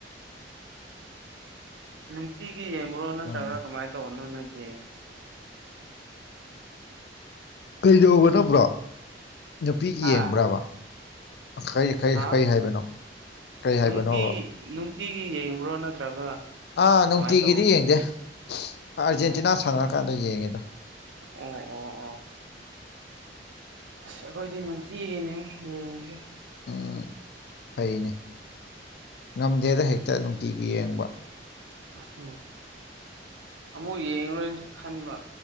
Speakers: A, on the right; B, on the left.
A: ꯅꯨꯡꯇꯤꯒꯤ ꯌꯦꯡꯕ꯭ꯔꯣ ꯅꯠꯇ꯭ꯔꯒ
B: ꯃꯥꯅꯤ
A: ꯀꯃꯥꯏ ꯇꯧꯕꯅꯣ ꯅꯣꯏꯗꯤ
B: ꯀꯩꯗꯧꯕꯅꯣ ꯕ꯭ꯔꯣ ꯅꯨꯄꯤ
A: ꯍꯥ
B: ꯌꯦꯡꯕ꯭ꯔꯕ ꯑꯈꯩ ꯀꯩ
A: ꯍꯥ
B: ꯀꯩ ꯍꯥꯏꯕꯅꯣ ꯀꯔꯤ ꯍꯥꯏꯕꯅꯣꯕ
A: ꯅꯨꯡꯇꯤ ꯅꯨꯡꯇꯤꯒꯤ ꯌꯦꯡꯕ꯭ꯔꯣ ꯅꯠꯇ꯭ꯔꯒ
B: ꯑꯥ ꯅꯨꯡꯇꯤꯒꯤꯗꯤ
A: ꯀꯃꯥꯏꯅ ꯇꯧ
B: ꯌꯦꯡꯗꯦ ꯑꯔꯖꯦꯟꯇꯤꯅꯥ
A: ꯑꯣ
B: ꯁꯥꯟꯅꯔ ꯀꯥꯟꯗ ꯌꯦꯡꯉꯦꯗꯥ
A: ꯑꯣ ꯑꯣ ꯑꯣ ꯑꯁ ꯑꯩꯈꯣꯏꯗꯤ ꯅꯨꯡꯇꯤꯒꯤꯅꯤꯉꯣ ꯌꯦꯡꯉꯤꯁꯦ
B: ꯎꯝ ꯐꯩꯅꯦ ꯉꯝꯗꯦꯗ ꯍꯦꯛꯇ ꯅꯨꯡꯇꯤꯒꯤ ꯌꯦꯡꯕ
A: ꯑꯁ ꯑꯃꯨꯛ ꯌꯦꯡꯔꯥꯔꯣꯏꯅꯁꯨ ꯈꯟꯕ